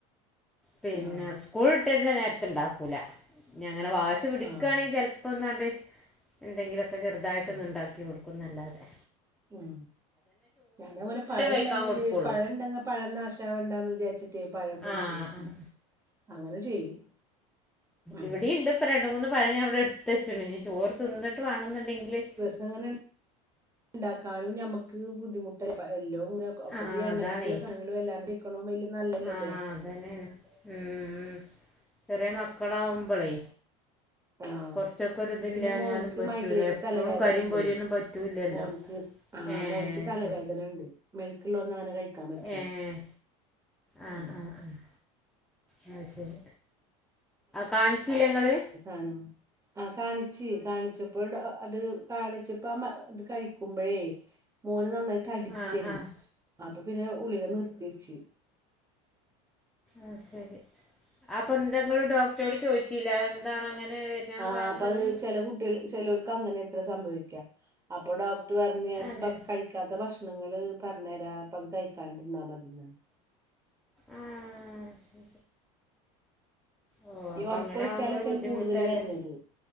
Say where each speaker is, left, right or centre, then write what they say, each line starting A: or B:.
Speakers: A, in the centre; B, on the right (about 15°).
A: പിന്നെ
B: ആഹ്
A: സ്കൂൾ ഇട്ടര്ണ നേരത്ത്ണ്ടാകൂല ഇനിയങ്ങനെ വാശി പിടിക്കുയാണെങ്കിൽ
B: ആഹ്
A: ചിലപ്പോങ്ങാണ്ട് എന്തെങ്കിലുമൊക്കെ ചെറുതായിട്ടൊന്ന്
B: ഉം
A: ഉണ്ടാക്കി കൊടുക്കുമെന്നല്ലാതെ
B: ഉം ഞാനത്പോലെ പഴം
A: കഴിക്കാൻ
B: ഉണ്ടെങ്കില്
A: കൊടുക്കുള്ളൂ
B: പഴം ഉണ്ടെങ്കിൽ പഴം നാശമാവണ്ടാന്ന് വിചാരിച്ചിട്ട് പഴം പൊരിച്ചു
A: ആഹ്
B: കൊടുക്കും
A: ആഹ്
B: അങ്ങനെ ചെയ്യും ഉം
A: ഇവിടെയുമുണ്ട് ഇപ്പൊ രണ്ട് മൂന്ന് പഴം ഞാൻ ഇവിടെ എടുത്ത് വെച്ചിട്ടുണ്ട് ചോറ് തിന്നിട്ട് വേണോന്നുണ്ടെങ്കില്
B: ഇതങ്ങനെ ഉണ്ടാക്കാനും നമുക്ക് ബുദ്ധിമുട്ടല്ലേ എല്ലോം ഇങ്ങനെ ഒക്കെ
A: ആഹ്
B: ഈ എണ്ണയൊഴിച്ചുള്ള
A: അതാണേ
B: സാധനങ്ങൾ വല്ലാണ്ടിരികുമ്പം വലിയ നല്ലതല്ലല്ലോ
A: ആഹ് അതന്നെയാണ് ഉം ചെറിയ മക്കളാവുമ്പളേ
B: ആഹ്
A: കൊറച്ചൊക്കെ ഒരു ഇതില്ലാഞ്ഞാലും
B: പിന്നെ മോന്ക്ക്
A: പറ്റൂല
B: മൈഗ്രൈൻന്റെ
A: എപ്പഴും
B: തലവേദന
A: കരിയും
B: ഉണ്ടേ
A: പൊരിയൊന്നും പറ്റൂലല്ലോ
B: മോന്ക്ക് ആഹ്
A: ഏഹ്
B: മോന്ക്ക് തലവേദന
A: ശരി
B: ഉണ്ട് മെഴുക്കുള്ളത് ഒന്നും അവന് കഴിക്കാൻ പറ്റില്ല
A: ഏഹ് ആഹ്
B: ഉം
A: ആഹ് ആഹ് അത് ശരി കാണിച്ചില്ലേ നിങ്ങള്
B: ആം ആഹ് കാണിച്ചു കാണിച്ചപ്പോൾ അത് കാണിച്ചപ്പോ ആ ഇത് കഴിക്കുമ്പോഴേ മോന് നന്നായി തടിക്കാണ്
A: ആഹ് ആഹ്
B: അപ്പൊ പിന്നെ ഗുളിക നിർത്തി വെച്ച്
A: ആഹ് ശരി അപ്പൊ എന്താ നിങ്ങൾ ഡോക്ടറോട് ചോദിച്ചില്ലേ എന്താണ് അങ്ങനെ വരാൻ
B: ആ
A: കാരണമെന്ന്
B: അപ്പൊ അത് ചില കുട്ടികൾക്ക് ചിലവർക്ക് അങ്ങനെയൊക്കെ സംഭവിക്കാം അപ്പം ഡോക്ടർ പറഞ്ഞു കഴിക്കാൻ
A: അതെ
B: പിടിക്കാത്ത ഭക്ഷണങ്ങൾ പറഞ്ഞു തരാം അപ്പം അത് കഴിക്കാണ്ടിരുന്നാ മതിന്ന്
A: ആഹ് ശരി ഓഹ്
B: ഈ
A: അപ്പൊ
B: ഉറക്കൊഴിച്ചാലൊക്കെയാണ്
A: അങ്ങനെ ആകുമ്പോ ഒരു ബുദ്ധിമുട്ടാല്ലേ
B: കൂടുതൽ വരണത്